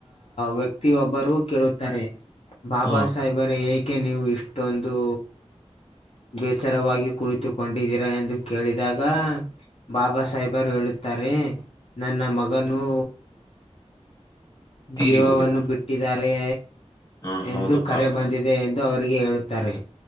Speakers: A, on the left; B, on the left.
A: ವ್ಯಕ್ತಿಯೊಬ್ಬರು ಕೇಳುತ್ತಾರೆ. ಬಾಬಾ
B: ಹಾ
A: ಸಾಹೇಬರ ಏಕೆ ನೀವು ಇಷ್ಟೊಂದು ಬೇಸರವಾಗಿ ಕುಳಿತುಕೊಂಡಿದ್ದೀರಾ ಎಂದು ಕೇಳಿದಾಗ ಬಾಬಾ ಸಾಹೇಬರು ಹೇಳ ತಾರೆ ನನ್ನ ಮಗನು
B: ತೀರಿ
A: ಜೀವವನ್ನು
B: ಹೋಗ್ಯದ
A: ಬಿಟ್ಟಿದ್ದಾರೆ.
B: ಹಾ ಹೌದು
A: ಎಂದು ಕರೆ
B: ಪಾಪ
A: ಬಂದಿದೆ ಎಂದು ಅವರಿಗೆ ಹೇಳುತ್ತಾರೆ.